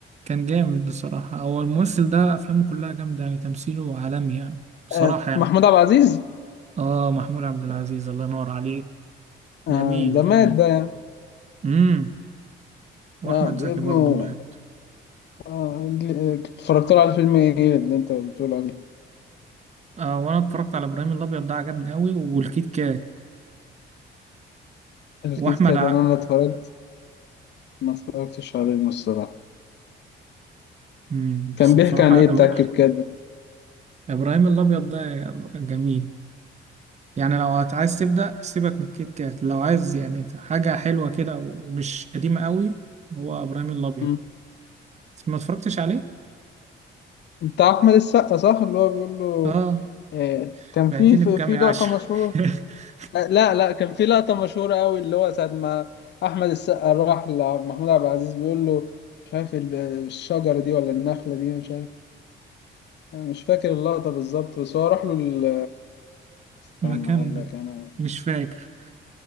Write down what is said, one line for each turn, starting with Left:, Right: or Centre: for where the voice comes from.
Right: كان جامد بصراحة هو الممثل ده افلامه كلها جامدة يعني تمثيله عالمي يعني بصراحة
Left: آه،
Right: يعني
Left: محمود عبد العزيز
Right: اه محمود عبد العزيز الله ينور عليك جميل
Left: آه، ده
Right: جميل
Left: مات ده يعني
Right: امم واحمد
Left: آه،
Right: زكي
Left: ابنه
Right: برضه مات
Left: آه، اللي- اتفرجت له على فيلم ايه اللي انت بتقول عليه
Right: آه وانا اتفرجت على ابراهيم الابيض ده عجبني قوي والكيت كات
Left: الكيت
Right: واحمد
Left: كات انا ما اتفرجت ما اتفرجتش عليه الصراحه
Right: مم. بس
Left: كان بيحكي
Right: بصراحة
Left: عن ايه
Right: إب-
Left: بتاع الكيت كات ده
Right: إبراهيم الأبيض ده جميل يعني لو هت- عايز تبدأ سيبك من الكيت كات لو عايز يعني حاجة حلوة كده ومش قديمة قوي هو إبراهيم الأبيض
Left: مم.
Right: ما اتفرجتش عليه؟
Left: بتاع احمد السقا صح اللي هو بيقول له
Right: آه
Left: آه كان
Right: بعتني
Left: في في
Right: بكام
Left: في
Right: يا
Left: لقطه
Right: عشر
Left: مشهوره
Right: <laughs>
Left: آه لا لا كان في لقطه مشهوره قوي اللي هو ساعه ما احمد السقا راح لمحمود عبد العزيز بيقول له مش عارف الب- الشجره دي ولا النخله دي مش عارف أنا مش فاكر اللقطه بالظبط بس هو راح له ال... استنى
Right: مكان
Left: اقول لك انا
Right: مش فاكر